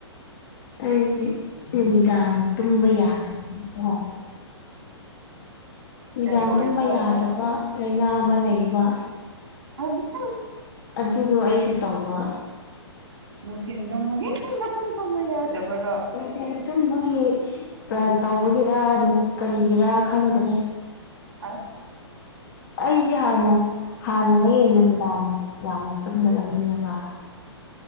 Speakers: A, on the left; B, on the right.
A: ꯑꯩꯁꯦ ꯅꯨꯃꯤꯗꯥꯡ ꯇꯨꯝꯕ ꯌꯥꯗꯕꯅꯤꯀꯣ ꯅꯨꯃꯤꯗꯥꯡ
B: ꯀꯩ ꯑꯣꯏꯖꯥꯠꯂꯣ
A: ꯇꯨꯝꯕ ꯌꯥꯗꯕ ꯂꯩꯥꯏꯅꯥ ꯑꯃ ꯂꯩꯕ
B: ꯑꯁ
A: ꯑꯗꯨꯗꯣ ꯑꯩꯁꯨ ꯇꯧꯕ
B: ꯅꯨꯡꯊꯤꯟ ꯊꯣꯃꯒꯤꯦ ꯅꯪ ꯅꯅꯥꯍꯥꯟ ꯊꯝꯕ ꯌꯥꯗꯕꯔꯣ
A: ꯅꯨꯡꯊꯤꯟ ꯇꯨꯝꯕꯒꯤ ꯇꯧꯕꯒꯤꯔ ꯀꯔꯤꯒꯤꯔꯥ ꯈꯪꯗ꯭ꯔꯦ
B: ꯑꯁ
A: ꯑꯩ ꯍꯅ ꯍꯥꯟꯅꯗꯒꯤ ꯅꯨꯃꯤꯗꯥꯡ ꯌꯥꯝꯅ ꯇꯨꯝꯗꯕ ꯃꯤꯅꯦꯕ